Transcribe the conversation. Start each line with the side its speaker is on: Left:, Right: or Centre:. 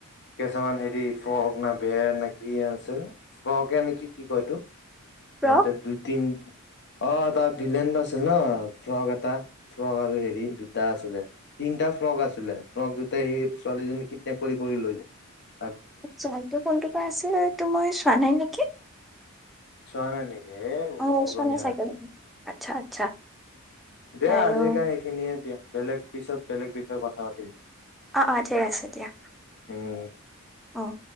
Left: কেইচামান হেৰি ফ্ৰক না বেৰ নে কি আছে ফ্ৰকে নেকি কি কয়টো?
Centre: ফ্ৰক
Left: এন্ত দুইতিন অ তাৰ ভিলন আছিল ন প্ৰগ এটা ফ্ৰক আৰু হেৰি দুটা আছিলে তিনিটা ফ্ৰক আছিলে ফ্ৰক দুটাই সেই ছোৱালীজনী কিডনেপ কৰি কৰি লৈ য
Centre: জলটো ফোনটোৰ পৰা আছিল তটো মই চোৱা নাই নেকি!
Left: চোৱো নাই‌নিকি এ বহুত
Centre: অ
Left: পুৰণীয়া
Centre: চোৱা নাই
Left: হয়টো
Centre: চাগে। আচ্ছা আচ্ছা
Left: দিয়
Centre: আৰু
Left: আজিকাল সেইখিনিয়ে দিয়া বেলেগ পিছত বেলেগ বিষয়ে কথা পাতিম দে।
Centre: অ অ ঠিক আছে দিয়া।
Left: উহ
Centre: অঁ